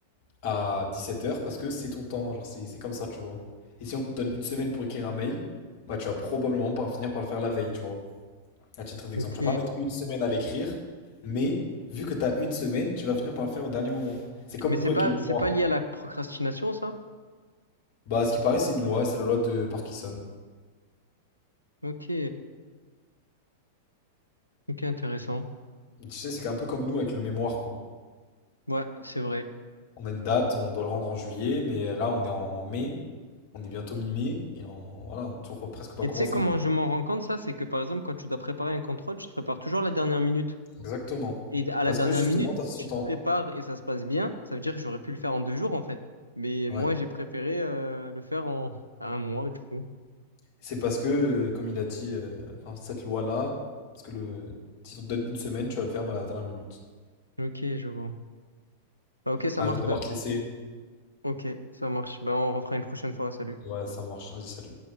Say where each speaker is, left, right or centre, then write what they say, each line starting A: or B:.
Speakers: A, on the left; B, on the left.
A: à dix-sept heures parce que c'est ton temps. Genre, c'est c'est comme ça, tu vois. Et si on te donne une semaine pour écrire un mail, bah tu vas probablement pas finir par le faire la veille, tu vois. À titre d'exemple,
B: Ok.
A: tu vas pas mettre une semaine à l'écrire, mais vu que tu as une semaine, tu vas finir par le faire au dernier moment. C'est comme
B: Mais c'est
A: nous avec
B: pas,
A: le mémoire.
B: c'est pas lié à la procrastination, ça?
A: Bah, à ce qui paraît, c'est une loi, et c'est la loi de Parkinson.
B: Ok. Ok, intéressant.
A: Tu sais, c'est un peu comme nous avec le mémoire, quoi.
B: Ouais, c'est vrai.
A: On a une date, on doit le rendre en juillet, mais là, on est en mai, on est bientôt mi-mai, et on, voilà, on n'a toujours presque pas
B: Et
A: commencé,
B: tu sais comment
A: quoi.
B: je m'en rends compte, ça? C'est que par exemple, quand tu dois préparer un contrôle, tu te prépares toujours à la dernière minute.
A: Exactement.
B: Et à
A: Parce
B: la dernière
A: que justement,
B: minute,
A: tu as ce
B: tu
A: temps.
B: te prépares et ça se passe bien. Ça veut dire que j'aurais pu le faire en deux jours, en fait. Mais
A: Ouais.
B: moi, j'ai préféré euh, le faire en à un mois, du coup.
A: C'est parce que, euh, comme il a dit, euh, enfin, cette loi-là, parce que le, si on te donne une semaine, tu vas le faire bah, à la dernière minute.
B: Ok, je vois. Bah, ok, ça
A: Ah,
B: marche.
A: je vais devoir
B: Bah,
A: te laisser.
B: ok, ça marche. Bah, on refera une prochaine fois. Salut.
A: Ouais, ça marche. Vas-y, salut.